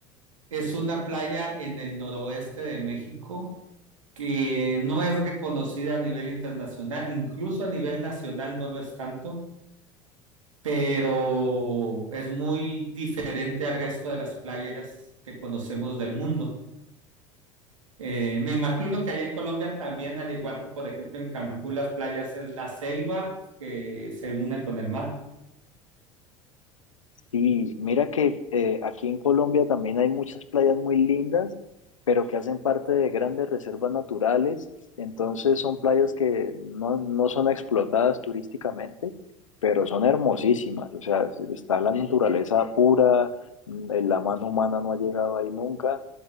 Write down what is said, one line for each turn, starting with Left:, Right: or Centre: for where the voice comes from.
Right: Es una playa en el noroeste de México que no es reconocida a nivel internacional, incluso a nivel nacional no lo es tanto, pero es muy diferente al resto de las playas que conocemos del mundo. Eh, me imagino que allá en Colombia también, al igual que por ejemplo en Cancún, las playas es la selva que se une con el mar.
Left: Sí, mira que eh, aquí en Colombia también hay muchas playas muy lindas, pero que hacen parte de grandes reservas naturales. Entonces son playas que no, no son explotadas turísticamente, pero son hermosísimas. O sea, se- está la naturaleza pura, mm, eh, la mano humana no ha llegado ahí nunca,